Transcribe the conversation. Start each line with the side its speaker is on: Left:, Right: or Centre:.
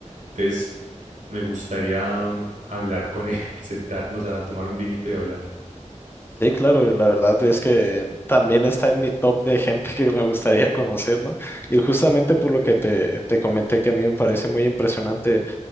Right: Entonces, me gustaría mm, hablar con él, <laughs> sentarnos a tomar un vinito y hablar.
Left: Sí, claro, la verdad es que también está en mi top de gente que me gustaría conocer, ¿no? Y justamente por lo que te, te comenté que a mí me parece muy impresionante